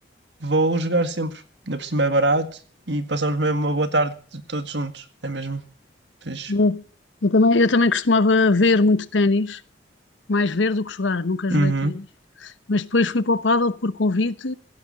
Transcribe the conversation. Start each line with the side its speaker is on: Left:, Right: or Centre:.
Right: vou jogar sempre. Ainda por cima é barato e passamos mesmo uma boa tarde t- todos juntos. É mesmo fixe.
Left: Eu, eu também, eu também costumava ver muito ténis, mais ver do que jogar, nunca joguei
Right: Uhum.
Left: ténis, mas depois fui para o pádel por convite